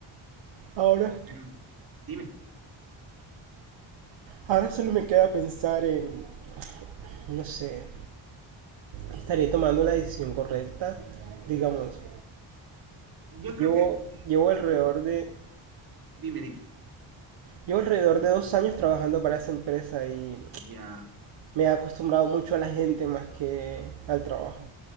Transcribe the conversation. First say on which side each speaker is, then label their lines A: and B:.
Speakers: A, on the right; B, on the right.
A: Ahora,
B: Pero dime,
A: ahora solo me queda pensar en, no sé, estaré tomando la decisión correcta, digamos.
B: yo creo
A: Llevo,
B: que,
A: llevo alrededor
B: eh, pues,
A: de,
B: dime, dime.
A: llevo alrededor de dos años trabajando para esa empresa y
B: Ya,
A: me he acostumbrado mucho a la gente más que al trabajo.